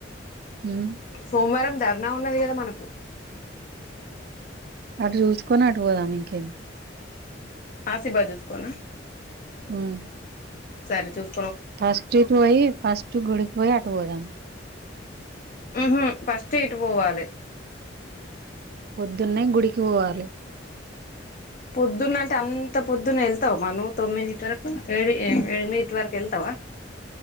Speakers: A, on the right; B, on the left.
A: ఉమ్
B: సోమవారం ధర్నా ఉన్నది కదా మనకు
A: అటు చూసుకొని అటు పోదాం ఇంక ఏమ్
B: ఆశీర్బాద్ చూసుకోనా
A: ఉమ్
B: సరే చూసు
A: ఫస్ట్ ఇటు పోయి, ఫస్ట్ గుడికి పోయి అటు పోదాం.
B: ఉహు ఫస్ట్ ఇటు పోవాలి.
A: పొద్దున్నే గుడికి పోవాలి.
B: పొద్దున్న అంటే అంత పొద్దున్న ఏలుతావా, మరి నువు తొమ్మిదిటి వరకు ఏడు ఎనిమిదిటి వరకు వెళ్తావా? <inaudible>